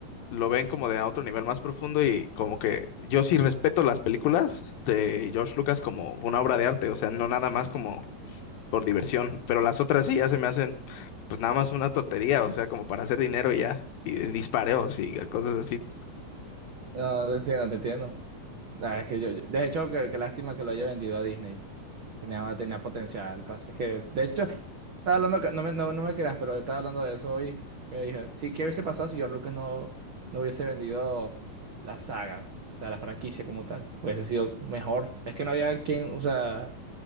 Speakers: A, on the left; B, on the right.
A: lo ven como de a otro nivel más profundo y como que yo sí respeto las películas de George Lucas como una obra de arte, o sea, no nada más como por diversión, pero las otras sí ya se me hacen pues nada más una tontería, o sea, como para hacer dinero y ya, y de dispareos y cosas así.
B: No, te entiendo, te entiendo. Ah, es que yo, yo- de hecho, qué, qué lástima que lo haya vendido a Disney. Tenía, tenía potencial. Pasa es que, de hecho, estaba hablando, que- no me, no, no me creas, pero estaba hablando de eso hoy. Que dije, sí, ¿qué hubiese pasado si George Lucas no, no hubiese vendido la saga? O sea, la franquicia como tal. Hubiese sido mejor. Es que no había quien, o sea,